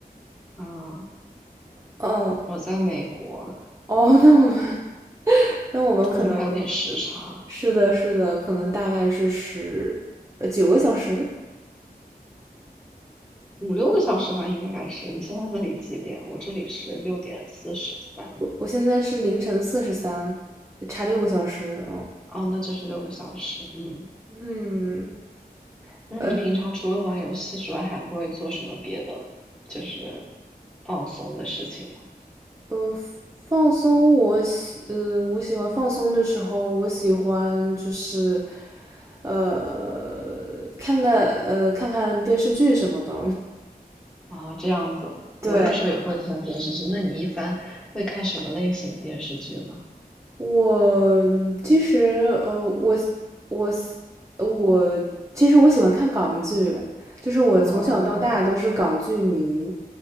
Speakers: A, in the centre; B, on the right.
A: 啊，
B: 嗯，
A: 我在美国，
B: 哦，那我们 <laughs> 那我们可能
A: 那我们还有点时差，
B: 是的，是的，可能大概是十呃九个小时。
A: 五六个小时吧，应该是。你现在那里几点？我这里是六点四十三。
B: 我我现在是凌晨四十三，差六个小时。嗯
A: 哦，那就是六个小时。嗯，
B: 嗯，
A: 那你平常除了玩游戏之外，
B: 呃，
A: 还会做什么别的，就是放松的事情吗？
B: 呃，放松我喜呃，我喜欢放松的时候，我喜欢就是，呃，看看呃看看电视剧什么的。
A: 啊，这样子，
B: <laughs> 对，
A: 我有时候也会看电视剧。那你一般会看什么类型的电视剧呢？
B: 我其实呃，我我我其实我喜欢看港剧，就是我从小到大都是港剧迷。
A: 哦，